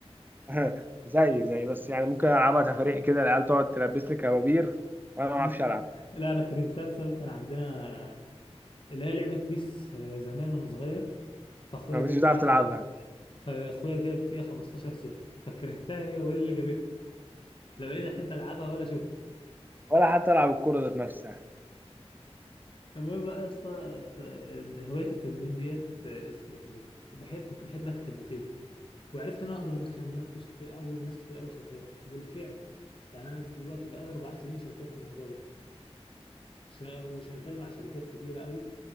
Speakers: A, on the right; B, on the left.
A: <laughs> زي زي بس يعني ممكن العبها تفريح كده العيال تقعد تلبسني كبابير
B: <laughs>
A: وانا ما
B: مم.
A: اعرفش العب
B: لا انا كرهتها بسبب كان عندنا اللي هي لعبه بيس آه، زمان وانا صغير فاخويا
A: انا مش
B: جاب
A: بتعرف
B: فيها
A: تلعبها
B: خ... فاخويا جاب فيها 15 صفر فكرهتها هي ولا اللي جابتها لا بقيت
A: <laughs>
B: احب العبها ولا اشوفها
A: ولا حتى العب الكورة ذات نفسها
B: المهم بقى يا اسطى ف- هوايه التدوين ديت آه، يعني بحب كنت بحب اكتب وكده وعرفت ان انا اقدر ادخل منها فلوس كتير قوي وناس كتير قوي شغاله وبالفعل يعني انا دلوقتي بقى لي اربع سنين شغال في الموضوع ده ش- وشغال مع شركات كبيره قوي